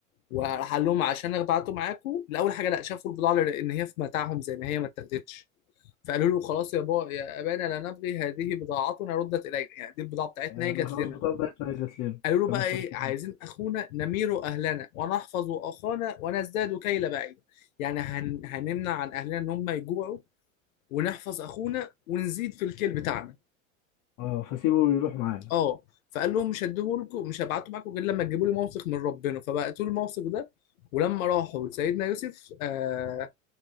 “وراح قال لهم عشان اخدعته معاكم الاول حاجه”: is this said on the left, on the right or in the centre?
Left